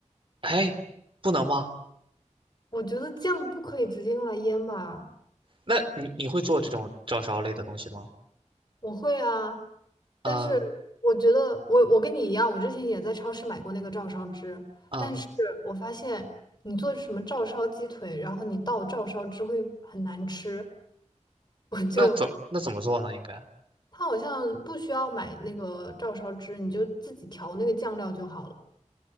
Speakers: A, on the right; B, on the left.
A: 哎，不能吗？
B: 我觉得酱不可以直接用来腌吧。
A: 那你你会做这种照烧类的东西吗？
B: 我会啊，但是我觉得我我跟你一样，
A: 啊、
B: 我之前也在超市买过那个照烧汁，
A: 啊、
B: 但是我发现你做什么照烧鸡腿，然后你倒照烧汁会很难吃，我就
A: 那怎那怎么做呢？应该
B: 它好像不需要买那个照烧汁，你就自己调那个酱料就好了。